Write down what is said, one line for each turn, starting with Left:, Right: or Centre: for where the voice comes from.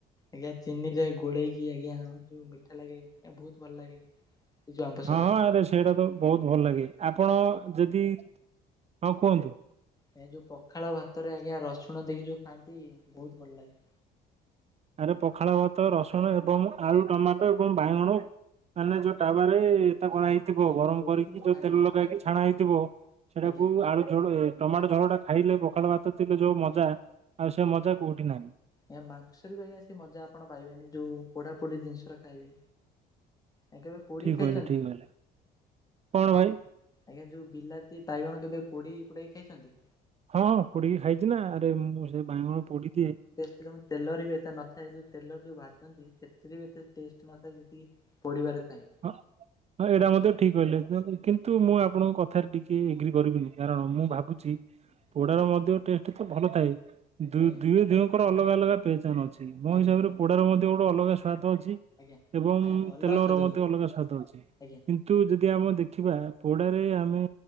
Left: ଆଜ୍ଞା ଚିନିରେ ଗୋ ଗୋଳେଇକି ଆଜ୍ଞା ଯୋଉ ମିଠା ଲାଗେ ଆ ବହୁତ ଭଲ ଲାଗେ। ଏ ଯୋଉ ଆମ୍ବସରା
Right: ହଁ ହଁ ଆରେ ସେଇଟା ତ ବହୁତ ଭଲ ଲାଗେ ଆପଣ ଯେଦି ହଁ କୁହନ୍ତୁ?
Left: ହଁ ଯୋଉ ପଖାଳ ଭାତରେ ଆଜ୍ଞା ରସୁଣ ଦେଇକି ଯୋଉ ଖାଆନ୍ତି ବହୁତ ଭଲ ଲାଗେ।
Right: ଆରେ ପଖାଳ ଭାତ ରସୁଣ ଏବଂ ଆଳୁ ଟମାଟୋ ଏବଂ ବାହଗଣ। ମାନେ ଯୋଉ <unintelligible>
Left: ଆଜ୍ଞା।
Right: କରାହେଇଥିବ
Left: ଏ ଯୋଉ
Right: ଗରମ
Left: ପୋଡିକି
Right: କରିକି ଯୋଉ
Left: ଖାଆନ୍ତି
Right: ତେଲ ଲଗେଇକି
Left: ନୁହେଁ
Right: ଛାଣା ହେଇଥିବ ସେଟାକୁ
Left: ଆଜ୍ଞା
Right: ଆଳୁଝୋଳ ଟମାଟୋ ଝର ଟା ଖାଇଲେ ପଖାଳ ଭାତ ଥିଲେ ଯୋଉ ମଜା ଆଉ ସେ ମଜା କୋଉଠି ନାହିଁ।
Left: ଆ ମାକ୍ସରେ <unintelligible> ସେ ମଜା ଆପଣ ପାଇବେନି ଯୋଉ ପୋଡ଼ା ପୋଡ଼ି ଜିନିଷରା ଖାଇବେ। ଆଉ କେବେ ପୋଡ଼ିକୀ
Right: ଠିକ
Left: ଖାଇଛନ୍ତି?
Right: କହିଲେ ଠିକ କହିଲେ କଣ ଭାଇ
Left: ଆଜ୍ଞା ଯୋଉ ବିଲାତି ବାଇଗଣ କେବେ ପୋଡ଼ି ପୁଡ଼ାକି ଖାଇଛନ୍ତି?
Right: ହଁ ହଁ ପୋଡ଼ିକି ଖାଇଚି ନା ଆରେ ମୁଁ ସେ ବାହଗଣ ପୋଡ଼ି ଦିଏ।
Left: <unintelligible> ତେଲର ବି ଏତେ ନଥାଏ ଯୋଉ ତେଲର ଯୋଉ ଭାଜନ୍ତି ସେଥିରେ ବି ଏତେ ଟେଷ୍ଟ ନଥାଏ ଯେତିକି ପୋଢ଼ିବାରେ ଥାଏଁ।
Right: ହଁ ହଁ ଏଇଟା ମଧ୍ୟ ଠିକ୍ କହିଲେ କିନ୍ତୁ
Left: ଆଜ୍ଞା
Right: ମୁଁ ଆପଣଙ୍କ କଥାରେ ଟିକେ ଏଗ୍ରୀ କରିବିନି। କାରଣ ମୁଁ ଭାବୁଛି ପୋଡ଼ା
Left: ଆଜ୍ଞା
Right: ର ମଧ୍ୟ ଟେଷ୍ଟ ତ ଭଲ ଥାଏ <unintelligible>
Left: ଆଜ୍ଞା
Right: ତାଙ୍କର ଅଲଗା ଅଲଗା ପେହଚାନ ଅଛି ମୋ
Left: ଆଜ୍ଞା
Right: ହିସାବରେ ପୋଡ଼ର ମଧ୍ୟ ଗୋଟେ ଅଲଗା ସ୍ଵାଦ ଅଛି। ଏବଂ
Left: ଆଜ୍ଞା। ଆଜ୍ଞା ଅଲଗା
Right: ତେଲର
Left: ସ୍ୱାଦ
Right: ମଧ୍ୟ
Left: କିନ୍ତୁ
Right: ଅଲଗା ସ୍ଵାଦ ଅଛି
Left: ଆଜ୍ଞା
Right: କିନ୍ ନ୍ତୁ ଯଦି ଆମେ ଦେଖିବା ପୋଡ଼ାରେ ଆମେ